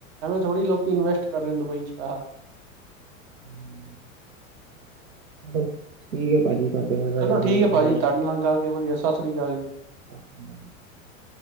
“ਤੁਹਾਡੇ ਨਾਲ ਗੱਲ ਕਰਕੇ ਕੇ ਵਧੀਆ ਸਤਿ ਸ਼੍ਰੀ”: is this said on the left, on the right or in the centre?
Right